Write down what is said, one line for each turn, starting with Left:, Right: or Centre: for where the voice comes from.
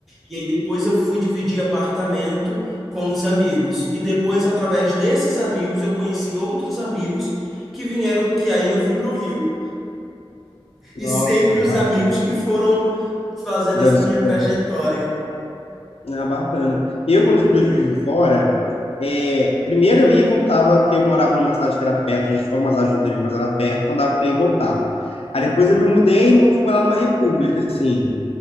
Centre: E aí depois eu fui dividir apartamento com uns amigos. E depois, através desses amigos, eu conheci outros amigos que vieram, que aí eu vim para o Rio. E
Left: Nossa,
Centre: sempre
Left: é
Centre: os
Left: bacana.
Centre: amigos que foram fazendo
Left: Dando
Centre: essa
Left: suporte.
Centre: minha trajetória.
Left: Ah, bacana. Eu, quando fui para Juiz de Fora, é, primeiro eu ia e voltava, porque eu morava numa cidade que era perto de Juiz de Fora, uma cidade do interior, mas era perto, então dava para ir e voltar. Aí depois eu me mudei e mo- fui morar numa república, assim.